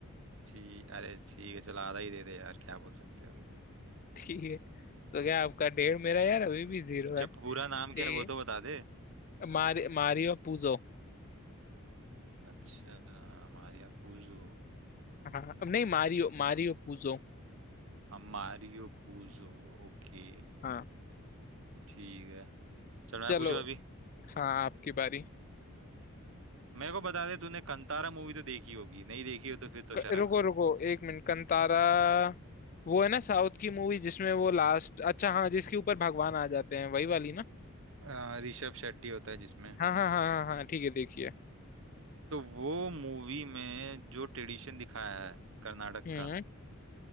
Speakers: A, on the right (about 65°); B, on the left (about 40°).
A: ठीक अरे ठीक है चल आधा ही दे दे यार क्या बोल सकते हैं अभी
B: ठीक है तो क्या आपका डेढ़ मेरा यार अभी भी जीरो
A: जब
B: है
A: पूरा
B: ठीक
A: नाम क्या है वो तो बता दे
B: है मारि, Mario Puzo
A: अच्छा मारिया पूजो
B: हाँ अब नहीं मारियो
A: हम्म
B: मारियो पूजो
A: हाँ, मारियो पूजो ओके
B: हाँ
A: ठीक है चल मैं
B: चलो
A: पूछू अभी
B: हाँ आपकी बारी
A: मेरे को बता दे तूने कंतारा मूवी तो देखी होगी नहीं देखी हो तो फिर तो
B: क-
A: शर्म
B: रुको
A: है
B: रुको एक मिनट कंतारा वो है ना साउथ की मूवी जिसमें वो लास्ट अच्छा
A: हाँ।
B: हाँ जिसके ऊपर भगवान आ जाते हैं वही वाली ना
A: अ, ऋषभ शेट्टी होता है जिसमें
B: हाँ हाँ हाँ हाँ हाँ ठीक है देखिए
A: तो वो मूवी में जो ट्रेडिशन दिखाया है कर्नाटक
B: हम्म
A: का